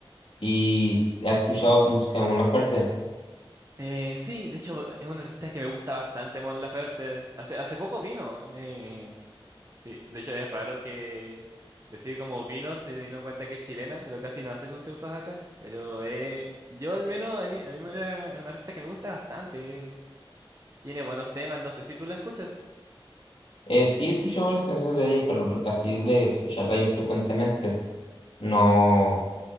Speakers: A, on the left; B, on the right.
A: ¿Y has escuchado música de Mon Laferte?
B: Eh, sí, de hecho, es una artista que me gusta bastante, Mon Laferte. Hace, hace poco vino. eh. Sí, de hecho, es raro que decir como vino, si teniendo en cuenta que es chilena, pero casi no hace conciertos acá. Pero eh, yo al menos, a mí, a mí me la- es una artista que me gusta bastante. eh. Tiene buenos temas, no sé si tú la escuchas.
A: Eh, sí, he escuchado varias canciones de ella, pero así de escucharla yo frecuentemente, no,